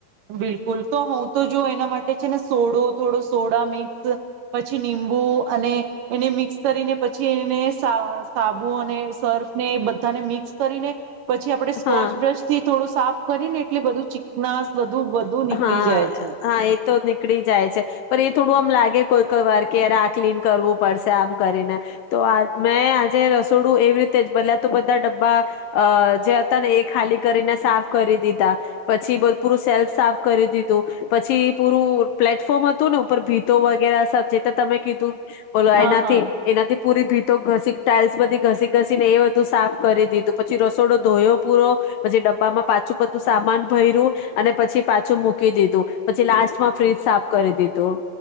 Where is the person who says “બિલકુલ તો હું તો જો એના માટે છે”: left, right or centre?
Right